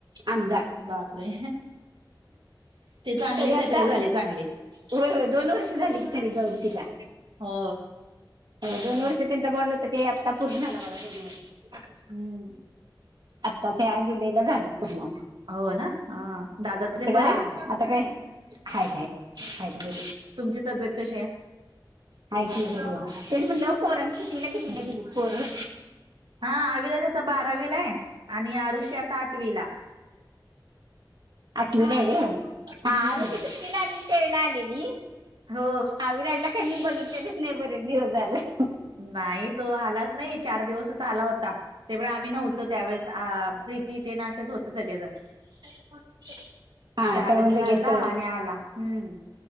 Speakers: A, on the right; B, on the right.
A: अंजार.
B: बापरे ते चांगले
A: तरी आता
B: सेटल झाले चांगले.
A: होय होय दोन वर्ष झाली की तरी जाऊन तिला.
B: हो
A: दोन वर्ष त्यांचं बॉण्ड होत ते आत्ता पूर्ण झालं बघा दोन वर्ष.
B: हम्म.
A: आत्ताच या जुलैला झाले पूर्ना सहा
B: हो ना हा दादातेन बरे
A: हा
B: आहेत?
A: आता का हायत हायत हायत बरे.
B: तुमची तब्येत कशी आहे?
A: हाय की बरी आय तेच म्हणाल पोरांच कितवीला कितवीला
B: हम्म.
A: गेलीत पोरं?
B: हा आविराज आता बारावीला आहे आणि आरुषी आता आठवीला.
A: आठवीला आहे वय हा
B: हम्म
A: आरूषी सुट्टीला आलेली त्या वेळेला आलेली.
B: हो
A: अविराजला काय मी बघितलेलेच नाही बरेचं दिवस झालं.
B: नाही तो आलाच नाही चार दिवसंच आला होता तेपण आम्ही नव्हतो त्यावेेळेस आ प्रीती ते नाशाच होते सगळेजण.
A: <inaudible>
B: चार
A: त्यामुळे
B: दिवस
A: लगेच
B: राहिला आणि आला हम्म.